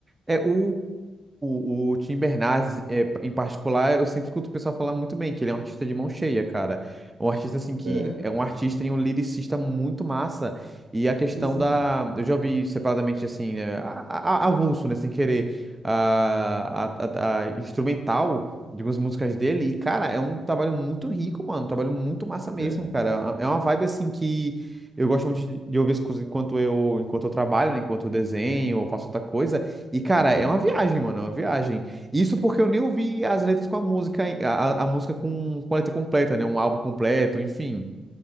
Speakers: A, on the right; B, on the right.
A: É, o, o, o Tim Bernardes, é, em particular, eu sempre escuto o pessoal falar muito bem, que ele é um artista de mão cheia, cara. Um artista, assim, que
B: É,
A: é um artista e um lyricista muito massa. E a questão
B: exato.
A: da. Eu já ouvi separadamente, assim, né, a- a- avulso, né, sem querer, a, a, a- a instrumental de algumas músicas dele. E, cara, é um trabalho muito rico, mano. Um trabalho muito massa mesmo,
B: É.
A: cara. É uma vibe, assim, que. Eu gosto muito de de ouvir as coisas enquanto eu, enquanto eu trabalho, né, enquanto eu desenho ou faço outra coisa. E, cara,
B: Uhum.
A: é uma viagem, mano, é uma viagem. Isso porque eu nem ouvi as letras com a música, a, a a música com, com a letra completa, né? Um álbum completo, enfim.